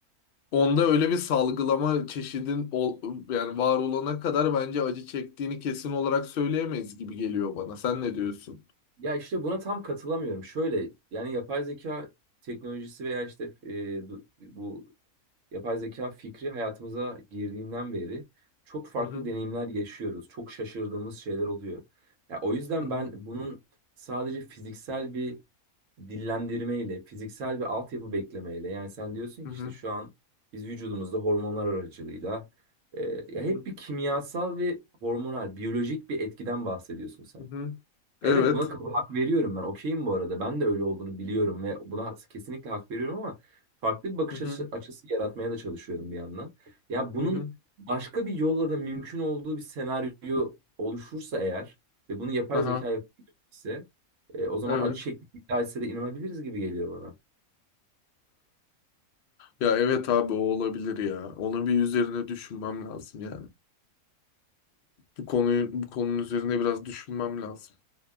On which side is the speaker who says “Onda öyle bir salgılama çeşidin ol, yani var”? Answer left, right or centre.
Left